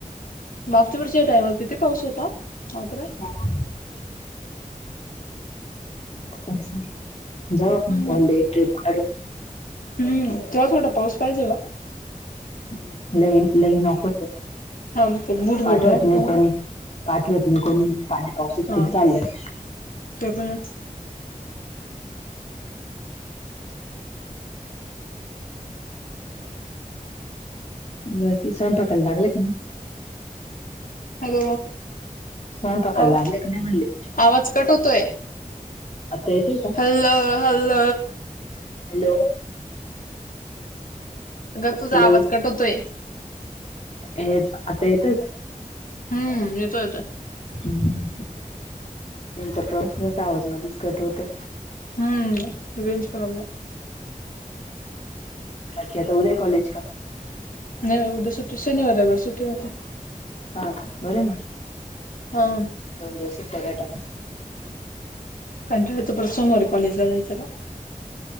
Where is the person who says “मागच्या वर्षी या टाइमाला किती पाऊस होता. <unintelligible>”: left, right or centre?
Left